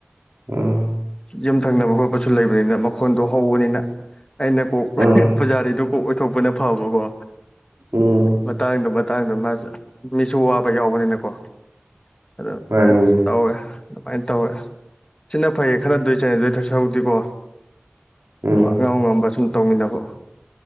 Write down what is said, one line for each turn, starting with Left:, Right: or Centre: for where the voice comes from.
Right: ꯎꯝ
Left: ꯌꯨꯝ ꯊꯪꯅꯕ ꯈꯣꯠꯄꯁꯨ ꯂꯩꯕꯅꯤꯅ ꯃꯈꯣꯟꯗꯣ ꯍꯧꯕꯅꯤꯅ ꯑꯩꯅ ꯀꯣꯛ
Right: ꯎꯝ
Left: ꯄꯨꯖꯥꯔꯤꯗꯨ ꯀꯣꯛ ꯑꯣꯏꯊꯣꯛꯄꯅ ꯐꯕꯀꯣ
Right: ꯎꯝ
Left: ꯃꯇꯥꯡꯗꯣ ꯃꯇꯥꯡꯗꯣ ꯃꯥꯁ ꯃꯤꯁꯨ ꯋꯥꯕ ꯌꯥꯎꯕꯅꯤꯅꯀꯣ ꯑꯗꯣ
Right: ꯃꯥꯅꯤꯅꯦ
Left: ꯇꯧꯋꯦ ꯑꯗꯨꯃꯥꯏꯅ ꯇꯧꯔꯦ ꯁꯤꯅ ꯐꯩꯌꯦ ꯈꯅꯗꯣꯏ ꯆꯅꯦꯗꯣꯏ ꯊ ꯁꯔꯨꯛꯇꯤꯀꯣ
Right: ꯎꯝ
Left: ꯑꯉꯝ ꯉꯝꯕꯁꯨ ꯇꯧꯃꯤꯟꯅꯕ